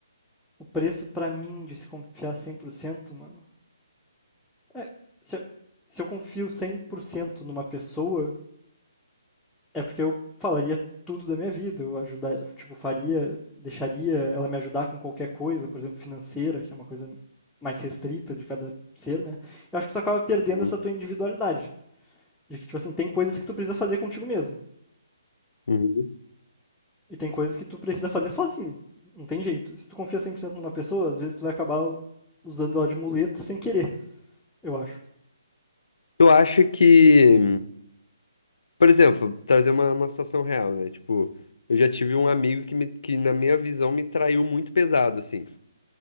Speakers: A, in the centre; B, on the left.
A: o preço pra mim de se confiar 100% mano, é se eu, se eu confio 100% numa pessoa, é porque eu falaria tudo da minha vida, eu ajudar, tipo, faria, deixaria ela me ajudar com qualquer coisa, por exemplo, financeira, que é uma coisa mais restrita de cada ser, né? Eu acho que tu acaba perdendo
B: Uhum.
A: essa tua individualidade. De que, tipo assim, tem coisas que tu precisa fazer contigo mesmo.
B: Uhum.
A: E tem coisas que tu precisa fazer sozinho. Não tem jeito. Se tu confia 100% numa pessoa, às vezes tu vai acabar usando ela de muleta sem querer, eu acho.
B: Eu acho que, por exemplo, trazer uma, uma situação real, né? Tipo, eu já tive um amigo que, me, que, na minha visão, me traiu muito pesado, assim.